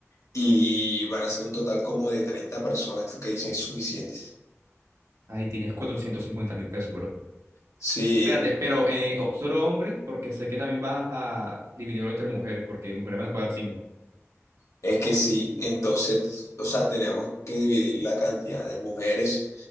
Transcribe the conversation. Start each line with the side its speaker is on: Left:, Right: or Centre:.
Left: y van a ser un total como de 30 personas, ¿tú qué dices? ¿Es suficiente?
Right: Ahí tienes cuatrocientos cincuenta mil pesos, bro.
Left: Sí.
Right: Espérate, pero eh, o- solo hombres, porque sé que también vas a dividirlo entre mujeres, porque mujeres van a pagar cinco.
Left: Es que sí, entonces, o sea, tenemos que dividir la cantidad de mujeres